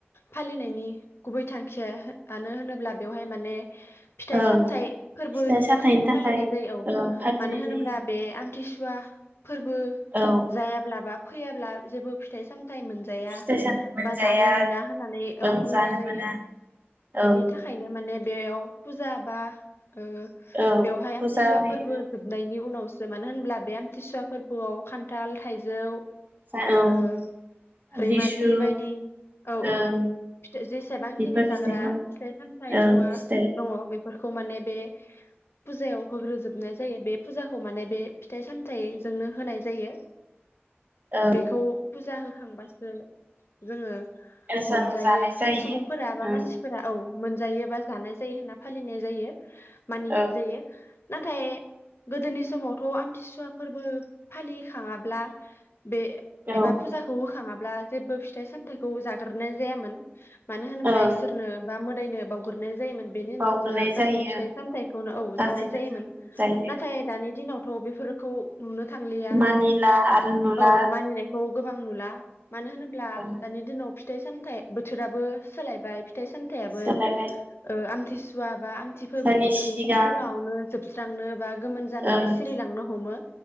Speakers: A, on the left; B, on the right.
A: फालिनायनि गुबै थांखिया मानो होनोब्ला बेवहाय माने फिथाइ
B: ओं
A: सामथायाइ फोरबोनि
B: फिथाइ सामथाइनि
A: थाखायबो
B: थाखाय
A: फालिनाय जायो औ
B: ओ फालिनाय
A: मानो होनोब्ला
B: जायो
A: बे आमथिसु बा फोरबो
B: औ
A: जायाब्लाबा फैयाब्ला जेबो फिथाइ साम फिथाइ मोनजाया
B: फिथाइ सामथाइ मोनजाया
A: बा जानो मोना होननानै औ
B: ओं
A: बुंनाय
B: जानो
A: जायो
B: मोना ओं
A: बिनि थाखायनो माने बेयाव फुजा बा ओ
B: औ
A: बेवहाय
B: फुजा
A: आमथिसुवा
B: होयो
A: फोरबो जोबनायनि उनाव मानो होनब्ला बे आमथिसुवा फोरबोआव खान्थाल थाइजौ
B: <unintelligible>
A: ओ रैमालि
B: लिसु
A: बायदि औ
B: ओं
A: औ फिथाय जेसेबांखिनि
B: बेफोर
A: जाग्रा
B: फिथाइखौ
A: फिथाइ सामथाय
B: ओं
A: मुवा
B: फिथाइ
A: दङ बे फोरखौ माने बे फुजायाव होग्रोजोबनाय जायो बे फुजाखौ माने बे फिथाइ सामथाइजोंनो होनाय जायो।
B: ओं
A: बेखौ फुजा हो होखांबासो जोङो।
B: जों
A: मोनजायो
B: जानाय जायो
A: सुबुंफोरा बा
B: ओं
A: मानसिफोरा औ। मोनजायोबा जानाय जायो होनना। फालिनाय जायो मानिनाय
B: ओं
A: जायो। नाथाय गोदोनि समावथ' आमथिसुवा फोरबो फालिखाङाब्ला। बे
B: औ
A: एबा फुजा बोखाङाब्ला जेबो फिथाइ सामथायखौ जाग्रोनाय जायामोन। मानो होनोब्ला
B: ओं
A: इसोरनो बा दायनो। गुरनाय जायोमोन बेनि
B: बावग्रोनाय
A: उनावसो गासै
B: जायो
A: फिथाइ सामथायखौनो औ
B: गासैखौ
A: जानाय जायोमोन
B: जों मोनजायो
A: नाथाय दानि दिनाव। थ' बेफोरखौ नुनो थांलिया
B: मानिला
A: नाथाय
B: आरो नुला
A: औ मानिनायखौ। गोबां नुला। मानो होनोब्ला
B: ओं
A: दानि दिनाव थाइ सामथाइ बोथोराबो सोलायबाय। थाइ सामथायाबो
B: सोलायबाय
A: ओ आम बिसआ। एबा आमथि फोरबो
B: जोंनि
A: मोनफैयैनि
B: सिगां
A: सिगाङावनो जोबस्रांनो। बा गोमोन जानानै
B: ओं
A: सिरिलांनो हमो।